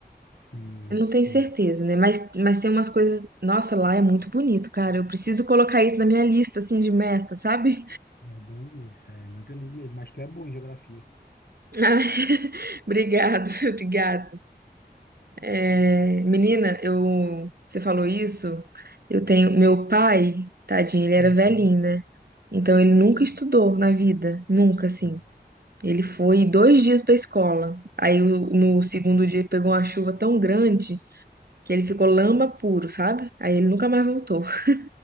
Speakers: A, on the left (about 65°); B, on the right (about 60°).
A: Sim,
B: Eu não
A: sim.
B: tenho certeza, né? Mas, mas tem umas coisas. Nossa, lá é muito bonito, cara. Eu preciso colocar isso na minha lista, assim, de meta, sabe?
A: É bem isso. É muito lindo mesmo. Mas tu é bom em geografia.
B: <laughs> Ai, <laughs> obrigado, <laughs> obrigada. É, menina, eu, você falou isso, eu tenho, meu pai, tadinho, ele era
A: Uhum.
B: velhinho, né? Então ele nunca estudou na vida, nunca, assim.
A: Sei.
B: Ele foi dois dias pra escola. Aí o- no segundo dia pegou uma chuva tão grande que ele ficou lama puro, sabe? Aí ele nunca mais voltou. <laughs>